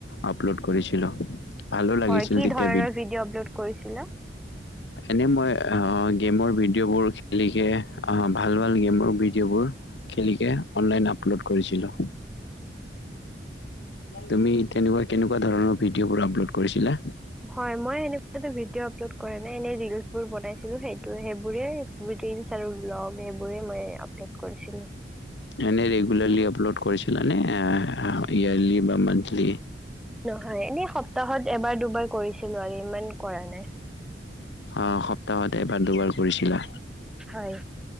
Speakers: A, on the left (about 80°); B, in the centre.
A: আপলোড কৰিছিলোঁ। ভালো লাগিছিল
B: হয় কি
A: তেতিয়া
B: ধৰণৰ ভিডিঅ' আপলোড কৰিছিলা?
A: এনে মই গেমৰ ভিডিঅ'বোৰ খেলিকে, ভাল-ভাল গেমৰ ভিডিঅ'বোৰ খেলিকে অনলাইন আপলোড কৰিছিলোঁ। তুমি কেনেকুৱা-কেনেকুৱা ধৰণৰ ভিডিঅ'বোৰ আপলোড কৰিছিলা?
B: হয় মই এনেকুৱা এটা ভিডিঅ' লোত কৰা নাই এনে ৰীলচবোৰ বনাইছিলো, সেইটো-সেইবোৰে ৰীলচ আৰু ব্লগ মই আপলোড কৰিছিলোঁ।
A: এনেই ৰেগুলাৰলি আপলোড কৰিছিলানে? ইয়েৰলি বা মন্থলি?
B: নহয়। এনেই সপ্তাহত এবাৰ-দুবাৰ কৰিছোঁ ছিলো আৰু ইমান কৰা নাই।
A: অ' সপ্তাহত এবাৰ-দুবাৰ কৰিছিলা?
B: হয়